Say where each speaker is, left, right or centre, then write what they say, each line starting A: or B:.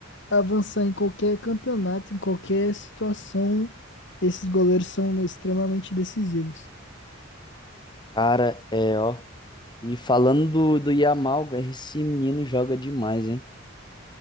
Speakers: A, on the left; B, on the left.
A: avançar em qualquer campeonato, em qualquer situação, esses goleiros são extremamente decisivos.
B: Cara, é, ó. E falando do, do Yamal, cara, esse menino joga demais, hein?